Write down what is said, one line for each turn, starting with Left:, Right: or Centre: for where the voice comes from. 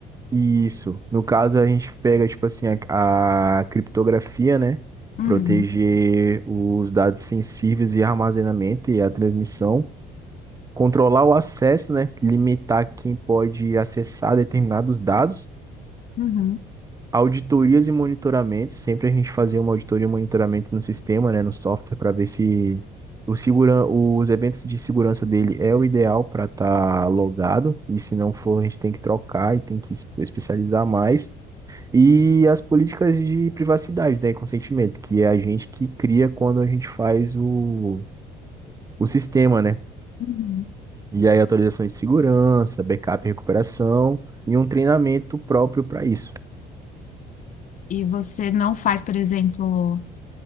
Right: Isso. No caso, a gente pega, tipo assim, a, a criptografia, né?
Left: Uhum,
Right: Proteger os dados sensíveis e armazenamento e a transmissão. Controlar o acesso, né? Limitar quem pode acessar determinados dados.
Left: uhum,
Right: Auditorias e monitoramentos, sempre a gente fazia uma auditoria e monitoramento no sistema, né, no software, para ver se o segura... os eventos de segurança dele é o ideal para estar logado, e se não for, a gente tem que trocar e tem que es- especializar mais. E as políticas de privacidade, né, e consentimento, que é a gente que cria quando a gente faz o, o sistema, né?
Left: uhum.
Right: E aí atualizações de segurança, backup e recuperação, e um treinamento próprio para isso.
Left: E você não faz, por exemplo,